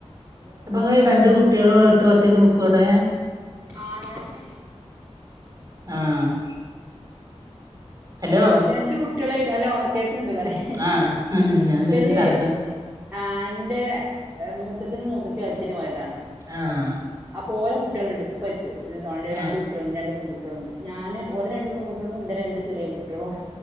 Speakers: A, on the right; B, on the right.
A: കാരണം
B: അപ്പൊ ങ്ങള് രണ്ട് കുട്ടിയാളും ആയിട്ട് ഒറ്റക്ക് നിക്കോ അടെ
A: ആഹ് ഞാന്
B: ആഹ്
A: എന്റെത്
B: ഹലോ
A: രണ്ട് കുട്ടിയെളേറ്റ് ഹലോ കേൾക്ക്‌ന്ന്ണ്ട് പറി
B: ഉം
A: ഏ
B: ആഹ് ഞാൻ
A: ബല്
B: നിന്ന് ശബ്ദം
A: ആഹ് ന്റെ മൂത്തച്ഛനും മൂത്തച്ചിം ഹജ്ജിന് പോയതാണ്
B: ആഹ്
A: അപ്പൊ ഓലെ കുട്ടിയേള്ണ്ട് പ്പെര്ത്ത് ന്താ ണ് രണ്ട്
B: ആഹ്
A: കു ട്ടിയാള്ണ്ട് രണ്ട് പെൺകുട്ടിയാള്ണ്ട് ഞാന് ഓലെ രണ്ട് പെൺകുട്ടിയോളും ന്റെ രണ്ട് ചെറിയെ കുട്ടിയോളും